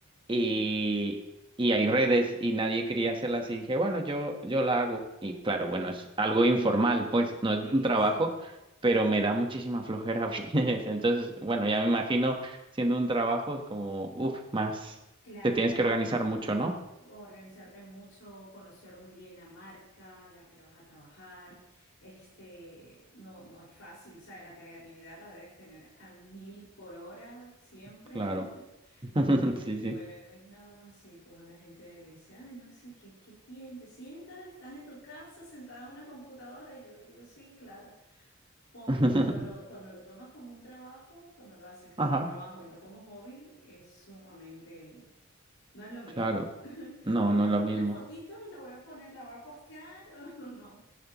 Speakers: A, on the right (about 25°); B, on the left (about 80°).
A: y,
B: ya.
A: y hay redes y nadie quería hacerlas y dije, bueno, yo, yo la hago. Y claro, bueno, es algo informal, pues no es
B: Sí,
A: un trabajo,
B: sí.
A: pero me da muchísima flojera a veces. <laughs> Entonces, bueno, ya me imagino siendo un trabajo, es como, uff, más,
B: Claro,
A: te tienes que organizar mucho, ¿no?
B: organizarte mucho, conocer muy bien la marca, a la que le vas a trabajar. Este, no, no es fácil, ¿sabes? La creatividad la debes tener a mil por hora siempre.
A: Claro.
B: <laughs>
A: <laughs>
B: Y
A: Sí, sí.
B: bueno, no es nada más así como la gente dice, ay, no, sí, qué, qué bien, te sientas, estás en tu casa sentada en una computadora. Y yo digo, sí, claro. Pon-
A: <laughs>
B: Cuando lo, cuando lo tomas como un trabajo, cuando lo haces como
A: Ajá.
B: un trabajo y no como hobby, es sumamente No es lo mismo.
A: Claro, no,
B: Que me
A: no es
B: tomo
A: lo mismo.
B: una fotito y la voy a poner, la voy a postear <laughs> o no.